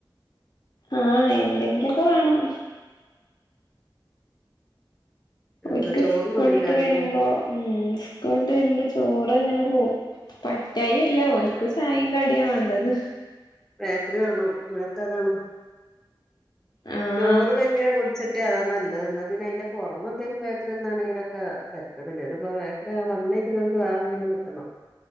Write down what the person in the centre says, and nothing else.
എന്താ
ചോറൊന്നുല്ലേക്കാരല്ലേ
ബേക്കറി കാണോ ഇവിടെക്കെ അതാണോ
ചോറ് കഞ്ഞിയ കുടിചെ മറ്റേ അതാ നല്ലത് എന്നാ പിന്നെ അയിന്റെ പുറമെ എന്തേലും ബേക്കറി ന്നാണങ്കിലൊക്കെ തരക്കടില്ല ഇത്പ്പോ ബേക്കറി വന്നക്ക് വേറെന്തെലും കിട്ടണം കിട്ടണോ